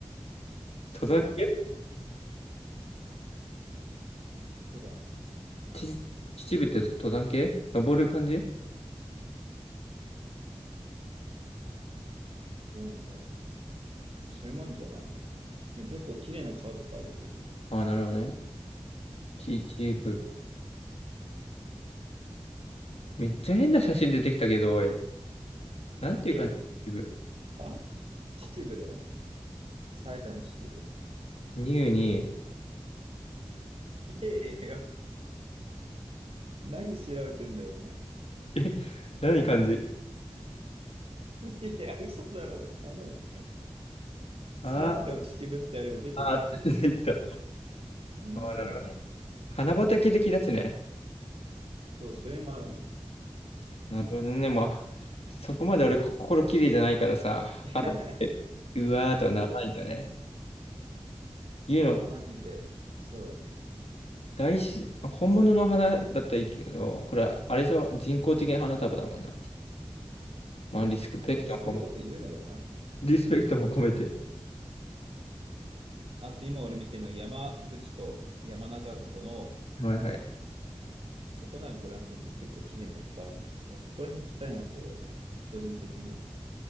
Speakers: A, on the left; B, on the right.
A: 登山系
B: い。え登山
A: ち秩父って登山系登る感じ
B: どうなんだろう。それもあるんじゃないのでも結構綺麗な川とかあるけどね。
A: ああー、なるほどね。秩父。めっちゃ変な写真出てきたけど、おい。なんていう感じ秩父。
B: えあ秩父だよ。埼玉秩父。
A: ニューに。
B: ええよ。何調べてんだよ、お前。
A: え、何感じ
B: <laughs> いや、嘘だろ、頼む。埼玉秩父ってやれば出てくる
A: ああ、ああ、出てきた。
B: よ。
A: ああ、
B: マジで何言って。
A: なるほどね。花畑的なやつね。
B: そう、それもあるね。
A: なるほどね。まあ、そこまで俺こ心綺麗じゃないからさ、
B: <laughs>
A: 花、うわーとはならないんだね。言うの、
B: 花見て、そうだね。
A: 大自然、本物の花だったらいいけど、これは、あれでしょ人工的な花束だもんな。まあ、リスペクトも込め、
B: まあ、そういうこと言うなよ、お前。
A: リスペクトも込めて。
B: あと今俺見てるのは山口湖、山中湖の、
A: はいはい。
B: そこなグランピング結構綺麗なのいっぱいあるの。だからここら辺行きたいなって俺は思う。個人的に。